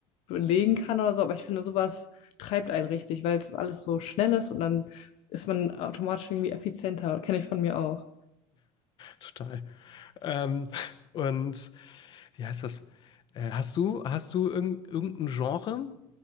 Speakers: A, on the left; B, on the left.
A: belegen kann oder so, aber ich finde, sowas treibt einen richtig, weil es alles so schnell ist und dann ist man automatisch irgendwie effizienter. Kenne ich von mir auch.
B: Total. Ähm, und wie heißt das? Äh, hast du, hast du irgend, irgendein Genre,